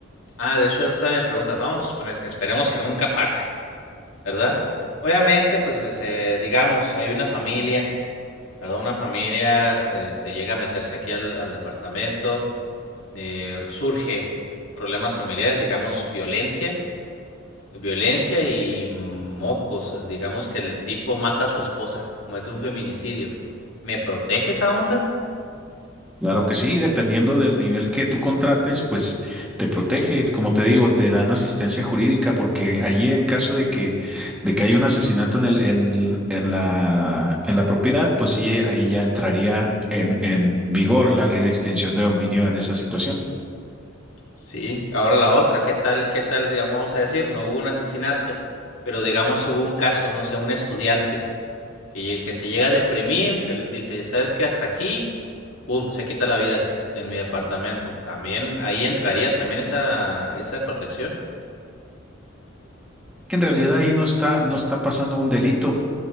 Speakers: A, on the left; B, in the centre.
A: Ah, de hecho, esa es mi pregunta. Vamos a suponer, esperemos que nunca pase, ¿verdad? Obviamente, pues me se- digamos, hay una familia, ¿verdad? Una familia este llega a meterse aquí al, al departamento, eh, surge problemas familiares, digamos, violencia. Violencia y mocos. es digamos que el tipo mata a su esposa, comete un feminicidio. ¿Me protege esa onda?
B: Claro que sí, dependiendo del nivel que tú contrates, pues te protege. Como
A: Ujú.
B: te digo, te dan asistencia jurídica porque allí en caso de que, de que haya un asesinato en el, en, el- en la, en la propiedad, pues sí, ahí ya entraría en, en vigor la ley de extinción de dominio en esa situación.
A: Sí, ahora la otra, ¿qué tal, qué tal, digamos, vamos a decir, no hubo un asesinato, pero digamos hubo un caso, no sé, un estudiante que, lle- que se llega a deprimir, se le dice, ¿sabes qué? Hasta aquí, pum, se quita la vida en mi departamento. También ahí entraría también esa, esa protección.
B: que en realidad ahí no está, no está pasando un delito,